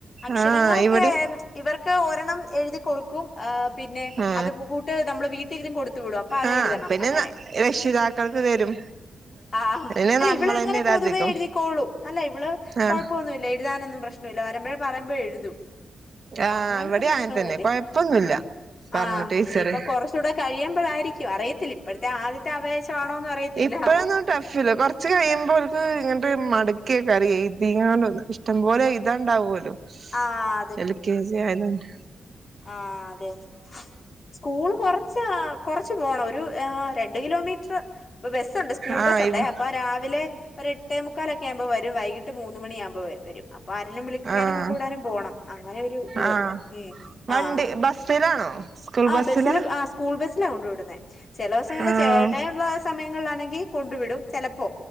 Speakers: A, on the left; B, on the right.
A: അക്ഷരങ്ങളൊക്കെ
B: ആ ഇവിടെ
A: ഇവർക്ക് ഓരെണ്ണം എഴുതി കൊടുക്കും ആഹ് പിന്നെ
B: ആ
A: അത് കൂട്ട് നമ്മള് വീട്ടെങ്കിലും കൊടുത്തു വിടും അപ്പൊ അത്
B: ആ
A: എഴുതണം
B: പിന്നെ
A: അങ്ങനെ
B: രക്ഷിതാക്കൾക്ക് തരും
A: ആഹ്
B: പിന്നെ
A: അല്ല
B: നമ്മളന്നെ
A: ഇവള അങ്ങനെ
B: ഇടാ
A: പൊതുവേ
B: അധികം
A: എഴുതിക്കോളും അല്ല ഇവള്
B: ആഹ്
A: കുഴപ്പൊന്നുല്ല എഴുതാനൊന്നും പ്രശ്നില്ല വരുമ്പോഴേ പറയുമ്പയേ എഴുതും
B: ആ
A: അങ്ങനത്തെ
B: ഇവിടെ
A: പ്രശ്നൊന്നുല്ല
B: ആങ്ങൻതന്നെ കൊഴപ്പൊന്നുല്ല പറഞ്ഞു
A: ആഹ്
B: ടീച്ചറ്
A: ഇനിയിപ്പോ കുറച്ചൂടെ കഴിയുമ്പോഴായിരിക്കും അറിയത്തില്ല ഇപ്പോഴത്തെ ആദ്യത്തെ ആവേശാണോന്നും അറിയത്തില്ല
B: ഇപ്പൊഴോന്നും ടഫില്ല കുറച്ച് കഴിയുമ്പോൽക്ക് ഇ <unintelligible> മടുക്കിയ കറിയ എഴ്തിങ്ങാണ്ടോന്ന് ഇഷ്ടം പോലെ എഴ്താണ്ടാവുല്ലോ
A: ആ
B: എൽ കെ ജി ആയത് തന്നെ
A: ആ അതെ സ്കൂള് കൊറച്ച് കൊറച്ച് പോണം ഒരു ഏ രണ്ട് കിലോമീറ്റർ ഇപ്പ ബസ്സുണ്ട് സ്കൂൾ
B: ആഹ്
A: ബസ്സുണ്ടേ
B: ഇവ്
A: അപ്പൊ രാവിലെ ഒരു എട്ടേ മുക്കാലൊക്കേ ആവുമ്പോ വരും വൈകീട്ട് മൂന്ന് മണിയാവുമ്പോ വരും അപ്പൊ ആരേലും വിളിക്കാനും
B: ആഹ്
A: കൊണ്ട് വിടാനും പോകണം അങ്ങനെ ഒരു ഇതുണ്ട്
B: ആഹ്
A: ഉം
B: വണ്ടി
A: ആഹ്
B: ബസ്സിലാണോ സ്കൂൾ
A: ആ
B: ബസ്സിലാ
A: ബസ്സില് ആ സ്കൂൾ ബസ്സിലാ കൊണ്ട് വിടുന്നേ ചില ദിവസങ്ങൾള്
B: ആഹ്
A: ചേ ട്ടയുള്ള സമയങ്ങളിലാണെങ്കിൽ കൊണ്ടു വിടും ചെലപ്പോ